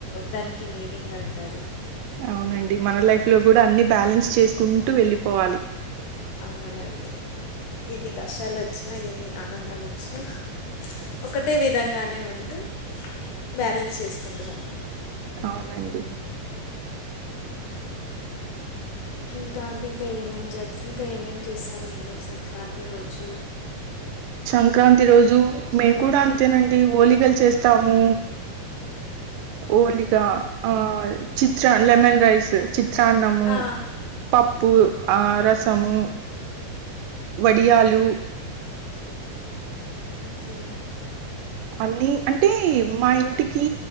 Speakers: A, on the left; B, on the right.
A: దానికి మీనింగ్ అంటారు
B: అవునండి మన లైఫ్ లో కూడా అన్ని బ్యాలెన్స్ చేసుకుంటూ వెళ్ళిపోవాలి
A: అవును అండి ఎన్ని కష్టాలు వచ్చినా ఎన్ని ఆనందాలు వచ్చినా ఒకటి అ విధంగానే ఉంటూ బ్యాలెన్స్ చేసుకుంటూ రావాలి
B: అవునండి
A: ఇంకా అంటే ఇంకా ఏమేమి జ ఇంకా ఏమేమి చేస్తారు మీరు సంక్రాంతి రోజు
B: సంక్రాంతి రోజు మేము కూడా అంతేనండి హోలికలు చేస్తాము హోలిగా ఆ చిత్ర లెమన్ రైస్ చి చన్నము
A: ఆ!
B: పప్పు ఆ రసము వడియాలు
A: ఓకే
B: అన్ని అంటే మా ఇంటికి